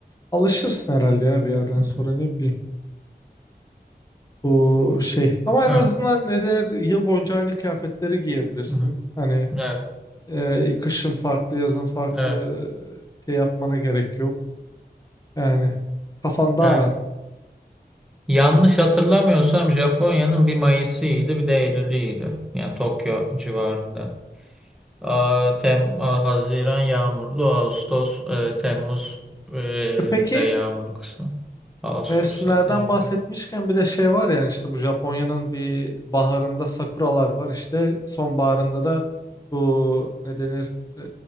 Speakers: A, on the left; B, in the centre.
A: alışırsın herhalde ya bir yerden
B: Hı hı.
A: sonra ne bileyim. Bu şey ama
B: Evet.
A: en azından ne der yıl boyunca aynı kıyafetleri giyebilirsin.
B: Hı hı.
A: Hani
B: Evet.
A: e, kışın farklı yazın farklı
B: Evet.
A: e, şey yapmana gerek yok. Yani kafan daha
B: Evet.
A: rahat.
B: Yanlış hatırlamıyorsam Japonya'nın bir Mayıs'ıydı bir de Eylül'üydü. Yani Tokyo civarında. Aa, Tem, Aa, Haziran yağmurlu, Ağustos, e, Temmuz e,
A: E peki
B: da yağmurlu kısmı. Ağustos
A: Mevsimlerden
B: zaten ölümcül.
A: bahsetmişken bir de şey var yani işte bu Japonya'nın bir baharında sakuralar var işte sonbaharında da bu ne denir e,